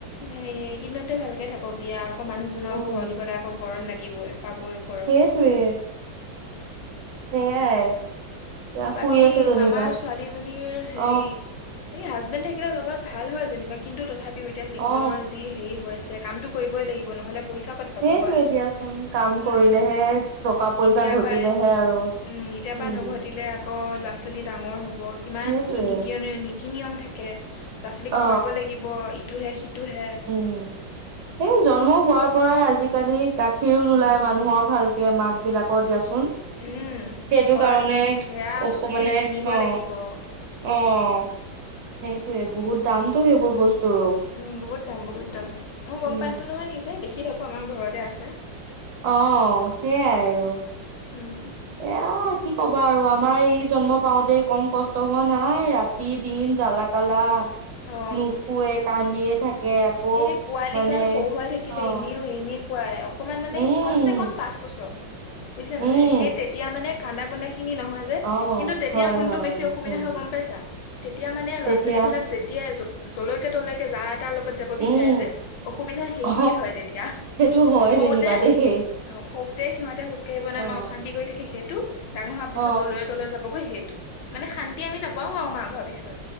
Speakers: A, on the left; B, on the right.
A: এ এইকেদিনতে ভালকে থাকক দিয়া। আকৌ' মানুহজনৰ
B: উম
A: ঘৰত গ'লে আকৌ' গৰম লাগিবই পাবই। গৰম
B: সেই তোৱে। সেইয়াই। এতিয়া
A: বাকী
B: শুই আছে যেনিবা
A: মামাৰ ছোৱালীজনীৰ হেৰী
B: অ
A: এই হাজবেণ্ড থাকিলে লগত ভাল হয় যেনিবা। কিন্তু তথাপিও এতিয়া জীৱনৰ
B: অ
A: যি হেৰি হৈছে, কামতো কৰিবই লাগিব নহ'লে পইচা ক'ত পাব
B: সেইটয়ে
A: হয়
B: দিয়াচোন, কাম
A: উম
B: কৰিলেহে টকা পইচা
A: এতিয়া
B: ঘটিলেহে
A: পাই
B: আৰু।
A: উম এতিয়া
B: উম
A: নঘটিলে আকৌ ল'ৰা ছোৱালী ডাঙৰ হ'ব কিমান
B: সেইটোৱে
A: কি নিতী তী নিয়ম থাকে, ল'ৰা ছোৱালীক
B: অ
A: খুৱাব লাগিব ইটো হে সিটো হে।
B: এ জন্ম হোৱাৰ পৰাই আজিকালি গাখীৰো নোলায়
A: উম
B: মানুহৰ ভাল মাক বিলাকৰ দিয়াচোন।
A: উম
B: সেইটো
A: হয়
B: কাৰণে
A: সেয়া আকৌ
B: অসু
A: গাখীৰ
B: মানে
A: কিনিব
B: অ'।
A: লাগিব
B: অ' সেইটোৱে, বহুত দামতটো সেইবোৰ বস্তুৰো।
A: উম, বহুত দাম বহুত দাম। মই গ'ম
B: উম
A: পাইছো নহয় নিজে দেখি থাকো আমাৰ ঘৰতে আছে।
B: অ' সেইয়াই আৰু।
A: উম।
B: এইয়া কি ক'বা আৰু আমাৰ ই জন্ম পাওতে কম কষ্ট হোৱা নাই। ৰাত তি দিন জালা কালা,
A: অ
B: নুশুৱে কান্দিয়ে থাকে। আকৌ
A: এ পোৱালি
B: মানে
A: গাল সৰু থাকিলে
B: অ
A: এনেও এনেকুৱাই। অকমান মানে
B: উম
A: কম চে কম পাঁচ বছৰ বুজিছা
B: উম
A: নাই, সেই তেতিয়া মানে কান্দা কুন্দা খিনি নহয়।
B: অ
A: কিন্তু তেতিয়া
B: হয়
A: কোনটো
B: হয়
A: বেছি অসুবিধা
B: উম
A: হয় গ'ম পাইছা, তেতিয়া মানে
B: তেতিয়া
A: ল'ৰা ছোৱালী বিলাক যেতিয়াই জলৈকে তলেকে যা এটাৰ লগত যাব
B: উম
A: বিচাৰে যে অসুবিধা সেইখিনি
B: অ
A: হয় তেতিয়া।
B: সেইটো হয়
A: সউতে
B: যেনিবা দেই
A: অ সউতে সিহঁতে খোজ কঢ়িব নোৱাই
B: অ
A: আমাক অশান্তি কৰি থাকেহি। সেইটো ডাঙৰ হোৱাৰ
B: অ
A: পিছত জলে তলে যাবগৈ সেইটো মানে শান্তি আমি নাপাও আউ মাক হোৱাৰ পিছত।